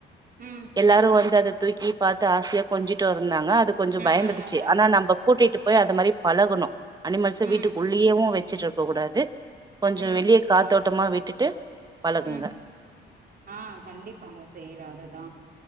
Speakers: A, on the right; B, on the right.
A: ம்.
B: எல்லாரும் வந்து அத தூக்கி பாத்து ஆசையா கொஞ்சிட்டு இருந்தாங்க அத் து கொஞ்சம்
A: ஆ
B: பயந்துடுச்சு
A: நல்லாருக்கும்.
B: ஆனா நம்ப கூட்டிட்டு போய் அது மாரி பழகணும் அனிமல்சு
A: ம்,
B: வீட்டுக்குள்ளயேவும் வெச்சுட்ருக்க கூடாது கொஞ்சம்
A: ம்,
B: வெளிய காத்தோட் ட்டமா விட்டுட்டு பழகுங்க
A: ம் ஆ கண்டிப்பாங்க செய்யிற அது தா